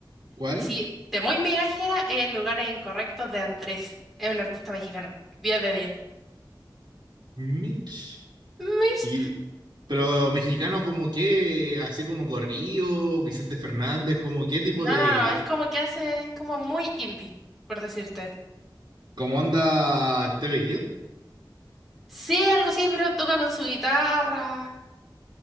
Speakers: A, on the right; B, in the centre.
A: ¿Cuál?
B: Así, de muy migajera, es Lugares Incorrectos de Andrés. Es un artista mexicano. 10 de 10.
A: Mitch.
B: Mis-
A: Y pero mexicano como qué, así como Corrido, Vicente Fernández, como qué tipo
B: No,
A: de
B: no, no, es como que hace, es como muy indie, por decirte.
A: como onda TV Gear?
B: Sí, algo así, pero toca con su guitarra